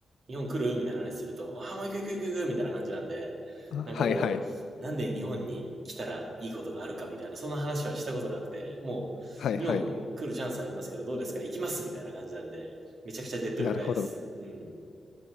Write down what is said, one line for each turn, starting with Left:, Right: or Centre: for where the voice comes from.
Right: 日本来るみたいな話すると、ああ、もう行く行く行く行くみたいな感じなんで、なんかこう、
Left: はいはい。
Right: なんで日本に来たらいいことがあるかみたいな、そんな話はしたことなくて、もう、
Left: はいはい。
Right: 日本来るチャンスありますけど、どうですか行きますみたいな感じなんで、めちゃくちゃ手っ取り早いです。
Left: なるほど。
Right: うん。